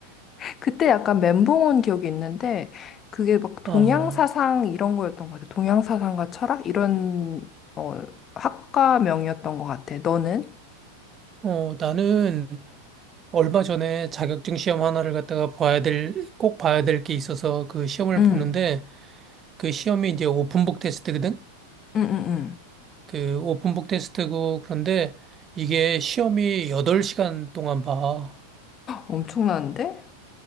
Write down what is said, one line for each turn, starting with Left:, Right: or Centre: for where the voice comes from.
Left: 그때 약간 멘붕 온 기억이 있는데 그게 막 동양
Right: 아,
Left: 사상 이런 거였던 것 같아. 동양 사상과 철학 이런 어 학과명이었던 것 같아. 너는?
Right: 어, 나는 얼마 전에 자격증 시험 하나를 갖다가 봐야 될, 꼭 봐야 될 게 있어서 그 시험을
Left: 응,
Right: 보는데 그 시험이 이제 오픈북 테스트거든?
Left: 응, 응, 응.
Right: 그 오픈북 테스트고 그런데 이게 시험이 8시간 동안 봐.
Left: 엄청난데?